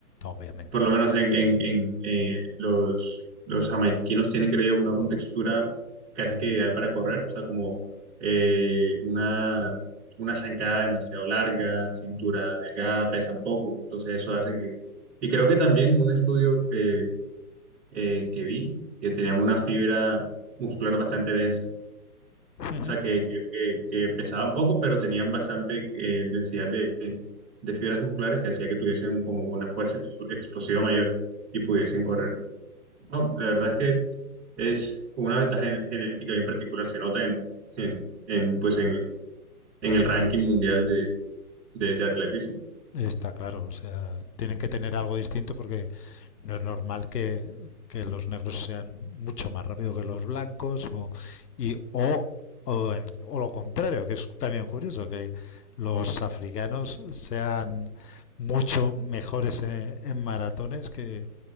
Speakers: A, on the left; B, in the centre.
A: obviamente.
B: por lo menos en, en- en, eh, los, los jamaiquinos tienen, creo yo, una contextura casi que ideal para correr, o sea, como eh, una, una zancada demasiado larga, cintura delgada, pesan poco, entonces eso hace que... Y creo que también un estudio eh, eh, que vi, que tenían una fibra muscular bastante densa.
A: <laughs>
B: O sea, que, que, que, que pesaban poco, pero tenían bastante eh, densidad de, de fibras musculares que hacía que tuviesen como una fuerza ex- explosiva mayor y pudiesen correr. No, la verdad es que es una ventaja gen- genética bien particular, se nota en, en, en, pues en, en el ranking mundial de, de, de atletismo.
A: Está claro, o sea, tienen que tener algo distinto porque no es normal que, que los negros sean mucho más rápidos que los blancos o, y, o, o, en- o lo contrario, que es también curioso, que los africanos sean mucho mejores en, en maratones que,